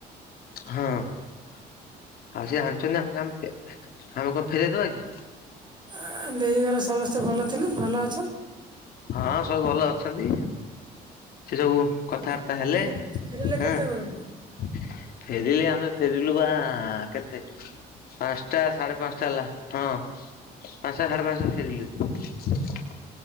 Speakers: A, on the left; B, on the right.
A: ହଁ ଆଉ ସେ ଆଣିଚନ୍ତି ଆମକୁ ଆମ୍ ଆମେ କଣ ଫେରାଇଦବା କି।
B: ଆ ଦେଇ ଘର ସମସ୍ତେ ଭଲ ଥିଲେ ଭଲ ଆ
A: ହଁ ସବୁ ଭଲ ଅଛନ୍ତି। ସେ ସବୁ
B: ଆଉ
A: କଥାବାର୍ତ୍ତା ହେଲେ
B: ଫେରିଲେ
A: ହଁ
B: କେତେବେଳକୁ?
A: ଫେରିଲେ ଆମେ ଫେରି ଲୁ ବା କେତେ ପାଞ୍ଚଟା ସାଢେ ପାଞ୍ଚଟା ହେଲା ହଁ ପାଞ୍ଚଟା ସାଢେ ପାଞ୍ଚଟା ଫେରିିଲୁ।